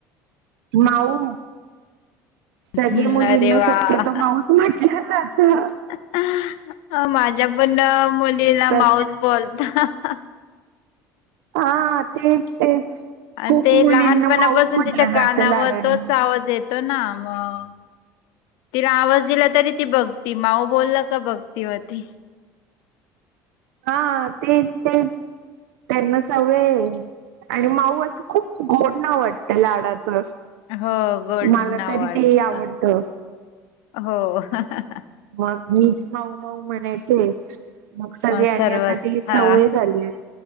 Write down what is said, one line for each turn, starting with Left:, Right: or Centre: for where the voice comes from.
Right: माऊ सगळे
Left: हम्म
Right: मुलींना
Left: अरे वा
Right: शक्यतो माऊच म्हण ह्याच आता.
Left: <unintelligible> माझ्या पण मुलीला
Right: तस
Left: माऊच बोलतो.
Right: हा तेच तेच.
Left: आणि
Right: खूप
Left: ते
Right: मुलींना
Left: लहानपणापासून
Right: माऊस म्हटलं
Left: तिच्या कानावर
Right: जातं लाडाने
Left: तोच आवाज येतो ना मग? तिला आवाज दिला तरी ती बघती माऊ बोलला का बघती होती.
Right: हा तेच तेच त्यांना सवय आहे. आणि माऊ असं खूप गोड नाव वाटतं लाडाचं.
Left: हो गोड
Right: मला
Left: नाव
Right: तरी
Left: वाढत
Right: ते आवडतं?
Left: हो हा हा हा.
Right: मग मीच माऊ माऊ म्हणायचे? मग सगळे आणि
Left: सर्वच
Right: आता ती
Left: हा
Right: सवय झाली आहे.